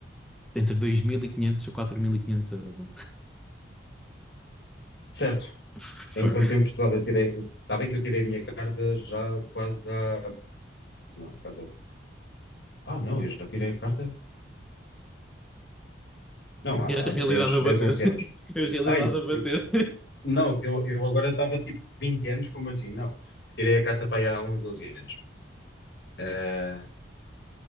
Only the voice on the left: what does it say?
Certo.
Enquanto em Portugal eu tirei. Está bem que eu tirei a minha carta já quase há. Não, quase. há- Ah, não, eu já tirei a carta. Não,
há há
10
10,
11
anos.
Ai,
não, que eu, eu agora estava tipo 20 anos, como assim? Não. Eu tirei a carta para aí há 11, 12 anos. Ah,